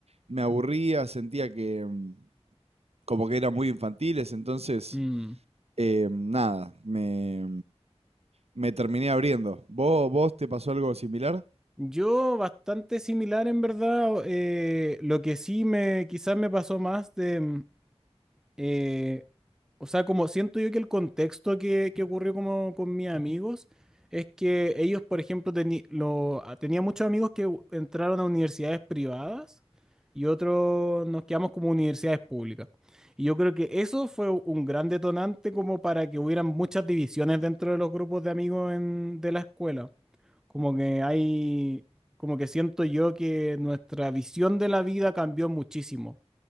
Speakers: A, on the right; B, in the centre.
A: me aburría, sentía que mm, como que eran muy infantiles, entonces
B: Mm.
A: eh, nada, me, me terminé abriendo. ¿Vos, vos te pasó algo similar?
B: Yo bastante similar en verdad, eh, lo que sí me quizás me pasó más de, mm, eh, o sea, como siento yo que el contexto que, que ocurrió como con mis amigos es que ellos, por ejemplo, teni- lo, a- tenía muchos amigos que u- entraron a universidades privadas y otros nos quedamos como universidades públicas. Y yo creo que eso fue u- un gran detonante como para que hubieran muchas divisiones dentro de los grupos de amigos en- de la escuela. Como que hay, como que siento yo que nuestra visión de la vida cambió muchísimo.